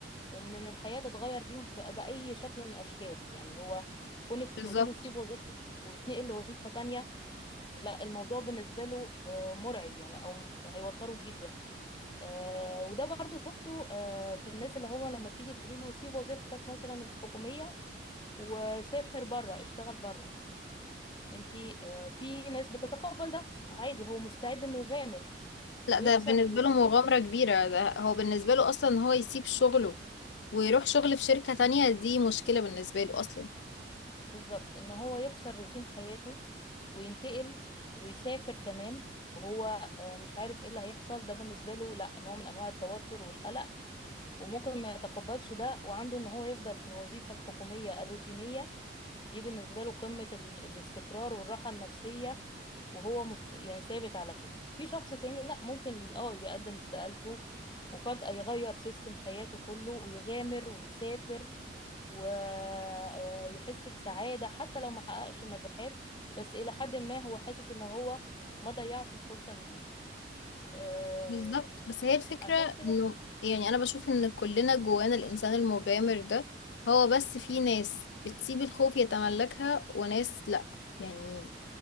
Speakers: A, on the left; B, on the left.
A: ومن ان الحياه تتغير بيهم بأ- باي شكل من الاشكال يعني هو كونك تقولي
B: بالظبط
A: له سيب وظيفتك وتنقل لوظيفه تانية لا الموضوع بالنسبه له آه، مرعب يعني او هيوتره جدا آه، وده برضو شفته آه، في الناس اللي هو لما تيجي تقولي له سيب وظيفتك مثلا الحكوميه وسافر بره اشتغل بره انتي آه، في ناس بتتقبل ده عادي هو مستعد انه يغامر
B: لا
A: ويكسر
B: ده بالنسبة
A: الروتين
B: له مغامرة كبيرة ده هو بالنسبة له أصلا إن هو يسيب شغله ويروح شغل في شركة تانية دي مشكلة بالنسبة له أصلا
A: بالظبط ان هو يكسر روتين حياته وينتقل ويسافر كمان وهو آه، مش عارف ايه اللي هيحصل ده بالنسبه له لا نوع من انواع التوتر والقلق وممكن ما يتقبلش ده وعنده ان هو يفضل في الوظيفه الحكوميه الروتينيه دي بالنسبه له قمه ال- الاستقرار والراحه النفسيه وهو مس... يعني ثابت على كده في شخص تاني لا ممكن ي... اه يقدم استقالته وفجأة يغير سيستم حياته كله ويغامر ويسافر ويحس بسعادة حتى لو ما حققش نجاحات بس إلى حد ما هو حاسس إن هو ما ضيعش الفرصة من إيده آه،
B: بالظبط بس هي الفكرة
A: عشان كده
B: إنه يعني أنا بشوف إن كلنا جوانا الإنسان المغامر ده هو بس في ناس بتسيب الخوف يتملكها وناس لأ يعني